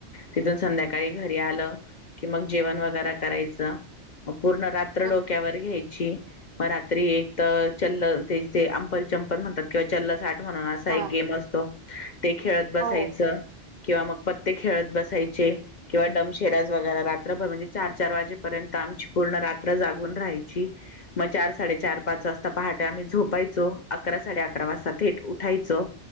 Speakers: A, on the left; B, on the right.
A: तिथून संध्याकाळी घरी आलं कि मग जेवण वगैर करायचं पूर्ण रात्र
B: हम्म
A: डोक्यावर घ्यायची मग रात्री एक तर चल ते अंपल चंपल म्हणतात किंवा चल साठ म्हणून असा
B: हा
A: एक गेम असतो. ते खेळत बसायचं.
B: हो
A: किंवा मग पत्ते खेळत बसायचे, किंवा डमशेराज वगैर रात्रभर म्हणजे चार-चार वाजेपर्यंत आमची पूर्ण रात्र जागून राहायची, मग चार साडेचार पाच वाजता पहाटे आम्ही झोपायचो, अकरा साडे अकरा वाजता. थेट उठायचो